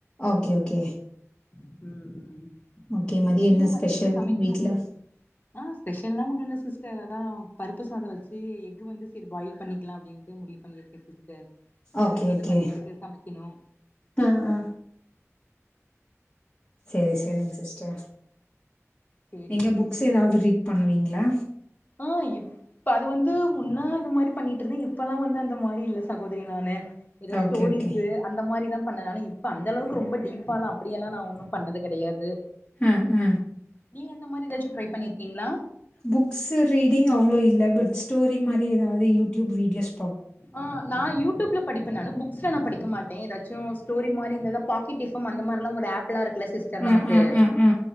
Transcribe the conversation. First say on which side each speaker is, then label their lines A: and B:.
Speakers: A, on the left; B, on the left.
A: ஓகே ஓகே
B: ம் ம் ம்
A: ஓகே மதிய
B: நீங்க
A: என்ன
B: மதியத்துக்கு
A: ஸ்பெஷல்
B: சமைக்கணுங்ளா
A: வீட்ல
B: ஆ ஸ்பெஷல்லா ஒன்னுல்லஸ் சிஸ்டர் அதா பருப்பு சாத வச்சு எக் வந்து சேரி பாயில் பண்ணிக்கலா அப்டின்ட்டு முடிவு பண்ணியிருக்க சிஸ்
A: ஓகே
B: நீங்க என்ன
A: ஓகே
B: மதியத்துக்கு சமக்கிணு
A: ஆ ஆ சேரி சேரிங் சிஸ்டர்
B: சேரிங்க
A: நீங்க
B: சேரிங்க
A: புக்ஸ் ஏதாவது
B: சிஸ்
A: ரீட் பண்ணுவீங்ளா
B: ஆ இப் அது வந்து முன்ன அந்த மாரி பண்ணிட் இருந்த இப்பல்லா வந்து அந்த மாரி இல்ல சகோதரி நானு ஏதா
A: ஓகே
B: ஸ்டோரிஸு
A: ஓகே
B: அந்த மாரிதா பண்ண நானி ப அந் அளவுக்கு ரொம்ப டீப்பாலா அப்டியெல்லா நா ஒன்னு பண்ணது கடையாது
A: ஹ ஹ
B: நீங்க அந்த மாரி ஏதாச்சு ட்ரை பண்ணிருக்கீங்ளா
A: புக்ஸு ரீடிங் அவ்ளோ இல்ல பட் ஸ்டோரி மாரி ஏதாவுது யூட்யூப் வீடியஸ்
B: ஆ நா யூ டூப்ல படிப்ப நானு புக்ஸ்ல நா படிக்க மாட்டே ஏதாசும் ஸ்டோரி மாரி இந்தாதா பாக்கெட் எப்ஃ எம் அந்த மார்லா ஒரு ஆப் பில்லாருக்குல சிஸ்டர் நமக்கு
A: ஆ ஆ ஆ ஆ